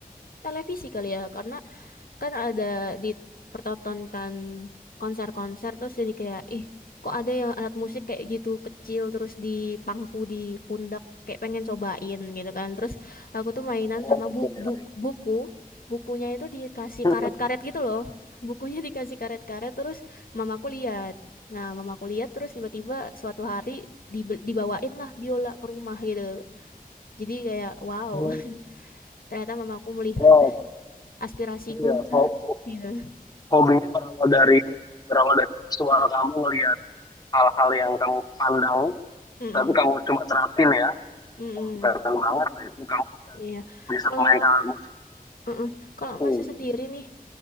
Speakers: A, on the left (about 70°); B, on the left (about 25°).
A: televisi kali ya, karena kan ada dipertontonkan konser-konser terus jadi kayak ih kok ada ya alat musik kayak gitu kecil terus dipangku di pundak kayak pengen cobain gitu kan terus aku tuh mainan
B: Oh,
A: sama bu
B: iya,
A: bu
B: iya.
A: buku bukunya itu dikasih
B: Hmm.
A: karet-karet gitu loh bukunya <laughs> dikasih karet-karet terus mamaku lihat nah mamaku lihat terus tiba-tiba suatu hari dibe- dibawain lah biola ke rumah gitu jadi kayak wow
B: Oh,
A: <laughs> ternyata mamaku melihat
B: Wow,
A: aspirasiku
B: betul ya. Ho- ho-
A: gitu
B: Hobinya berawal dari ini ya. Berawal dari visual kamu ngelihat hal-hal yang kamu pandang,
A: Mm-mm.
B: tapi kamu cuma terapin ya.
A: Mm-mm.
B: Bukan banget lah itu. Kamu
A: Iya.
B: bisa
A: Kalau
B: memainkan alat musik
A: mm-mm. Kalau
B: itu.
A: masnya sendiri nih,